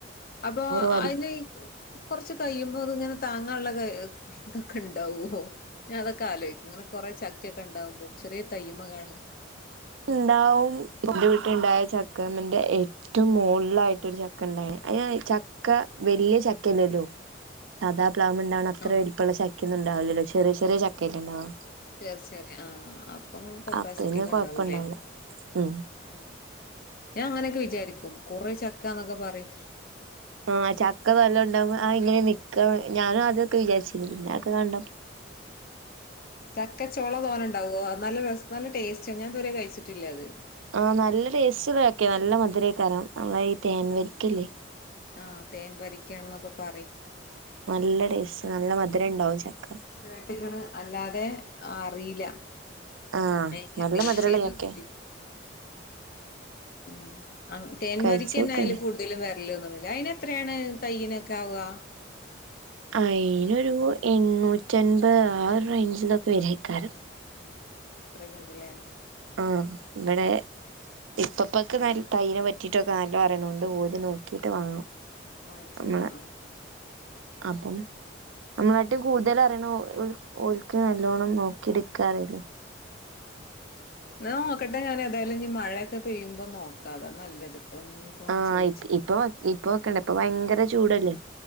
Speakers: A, on the left; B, on the right.
A: അപ്പൊ
B: വലു
A: അയ്ന് കൊറച്ച് കയും അ അത് ഇങ്ങനെ താങ്ങാനുള്ള ഇതൊക്കെ ഉണ്ടാവോ? ഞാൻ അതൊക്കെ ആലോചിക്കും. അങ്ങനെ കുറെ ചക്കയൊക്കെ ഉണ്ടാവും. ചെറിയ തെയ്ന്മ കാണ്
B: ഇണ്ടാവും വീട്ടിണ്ടായ ചക്കാമ്മന്റെ ഏ ഏറ്റവും മുകളായിട്ടരു ചക്ക ഉണ്ടായി. ചക്ക വലിയ ചക്കയല്ലല്ലോ അതാ <unintelligible> ഉണ്ടാവുന്ന അത്ര
A: ആഹ്
B: വലപ്പുള്ള ചക്ക അല്ലല്ലോ. ഉണ്ടാവില്ലല്ലോ. ചെറിയ ചെറിയ ചക്കായിടെണ്ടാവ
A: ചെറി ചെറിയ ആ അപ്പൊ കപ്പാസിറ്റി
B: അപ്പൊ പിന്നെ
A: ഒക്കെ ഉണ്ടാ
B: കൊഴപ്പണ്ടാവൂല
A: വൂല്ലെ
B: ഉം
A: ആ ഞാൻ അങ്ങനെക്കെ വി വിചാരിക്കും കുറെ ചക്കന്നൊക്കെ പറിം
B: ആ ചക്ക നല്ലോം ഇണ്ടാവുമ്പ ആ എങ്ങനെ നിക്കാന്ന് ഞാനും ആദ്യ ഒക്കെ വിചാരിച്ചിനി പിന്നെ അയൊക്കെ കണ്ട
A: ചക്കച്ചൊള തോനെ ഇണ്ടാകോ? നല്ല രസ നല്ല ടെസ്റ്റാ ഞാൻ ഇതുവെരെ കഴിച്ച് ട്ടില്ല അത്.
B: ആഹ നല്ല ടെസ്റ്റ് ഇള്ള ചക്കെ നല്ല മധുരെയ്ക്കാരം നമ്മളെ ഈ തേൻ വരിക്ക ഇല്ലെ.
A: ആ തേൻ വരിക്കയാണ് ന്നൊക്കെ പറിം ഉം
B: നല്ല ടേസ്റ്റ് നല്ല മധുരം ഉണ്ടാവും ചക്ക
A: കേട്ട്ക്ക്ണ് അല്ലാതെ അ അറീലാ
B: ആഹ്
A: ഏ ഞാൻ
B: നല്ല
A: ടെസ്റ്റ്
B: മധുരള്ള
A: ചെയ്ത്
B: ചക്കയാ
A: നോക്കിട്ടില്ല. ഉം ആ തേൻ
B: കഴിച്ചോക്കണ്ടി
A: വരിക്കെന്നെ അയിൽ കൂട്തലും വെർൽ തോന്ന്ണ്ലെ അയിന് എ എത്രയാണ് തയ്യിനൊക്കെ ആവാ.
B: അയിനൊരു എണ്ണൂറ്റി അൻമ്പെ ആ ററെയ്ഞ്ചിലൊക്കെവെരെയ്ക്കാരം
A: ആ അത്രയൊക്കെ ഇണ്ട് ലെ
B: ആ ഇവിടെ ഇപ്പപ്പാക്ക് നല്ല തയ്യിനെ പറ്റിട്ടൊക്കെ നല്ലോം അറിണോണ്ട് ഓല് നോക്കിട്ട് വാങ്ങും.
A: വാങ്ങിച്ചതാ
B: നമ്മളെ
A: ആ
B: അപ്പം നമ്മളാട്ടിം കൂട്തെൽ അറിണെ ഓ ഓൾക്ക് നല്ലോണ്ണം നോക്കി എടുക്കാറീല്ല
A: ആ എന്നാ നോക്കട്ടെ ഞാൻ ഏതായാലും ഇനി മഴയൊക്കെ പെയ്യുമ്പോ നോക്കാം അതാ നല്ലത്. ഇനിയിപ്പോ ഒന്ന്
B: ആഹ്
A: ചോയിച്ച്
B: ഇപ്പൊ ഇപ്പൊ വെക്കണ്ട ഇപ്പ ഭയങ്കര. ചൂടല്ലേ.